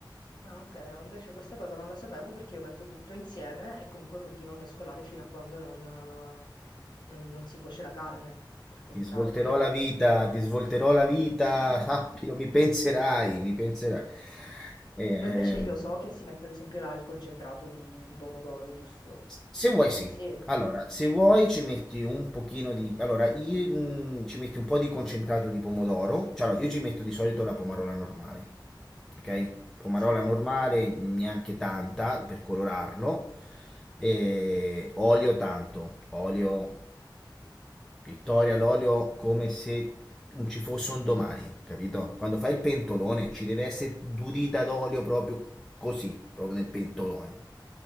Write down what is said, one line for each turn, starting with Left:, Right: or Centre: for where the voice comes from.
Left: Ah, okay, no, invece questa cosa non la sapevo perché io metto tutto insieme e comunque continuo a mescolare fino a quando non eh, non non si cuoce la carne. Al contrario,
Centre: Ti svolterò
Left: magari
Centre: la
Left: io
Centre: vita, ti svolterò la vita,
Left: <laughs>
Centre: sappilo, mi penserai, mi penserai. Eh, ehm,
Left: ma invece io so che si mette ad esempio là il concentrato di di pomodoro, giusto?
Centre: Se vuoi sì.
Left: Sì,
Centre: Allora, se vuoi ci metti un pochino di... Allora, io, mm, ci metti un po' di concentrato di pomodoro. Cioè, allora, io ci metto di solito la pomarola normale. Ok? Pomarola
Left: sì.
Centre: normale, neanche tanta per colorarlo. E olio tanto. Olio Vittoria all'olio come se non ci fosse un domani, capito? Quando fai il pentolone ci deve essere durita d'olio proprio così, proprio nel pentolone.